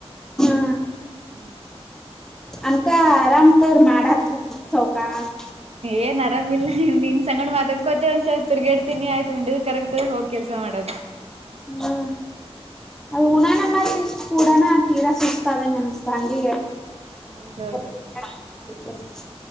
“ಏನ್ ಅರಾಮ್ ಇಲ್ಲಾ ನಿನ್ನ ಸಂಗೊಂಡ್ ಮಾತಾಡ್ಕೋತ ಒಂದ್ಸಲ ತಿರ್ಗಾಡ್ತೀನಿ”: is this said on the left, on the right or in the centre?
Right